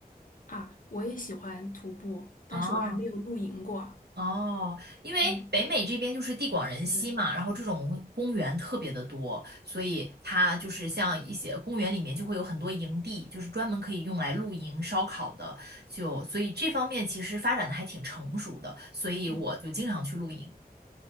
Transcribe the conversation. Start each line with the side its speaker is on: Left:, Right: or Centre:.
Left: 啊，我也喜欢徒步，但是我还没有露营过。
Right: 啊，哦，因为北美这边就是地广人稀嘛，
Left: 嗯，对，
Right: 然后这种公园特别的多，所以它就是像一些公园里面就会有很多营地，就是专门可以用来露营、烧烤的，就所以这方面其实发展的还挺成熟的，所以我就经常去露营。
Left: 嗯